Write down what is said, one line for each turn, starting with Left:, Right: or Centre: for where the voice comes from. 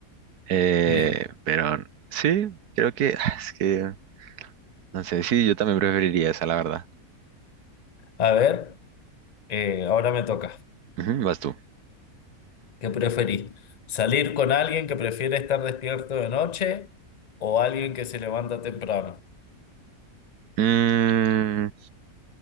Right: Eh,
Left: Sí.
Right: pero sí, creo que ah, es que, no sé, sí, yo también preferiría esa, la verdad.
Left: A ver, eh, ahora me toca.
Right: Ujú, vas tú.
Left: ¿Qué preferís? ¿Salir con alguien que prefiere estar despierto de noche o alguien que se levanta temprano?
Right: Mm,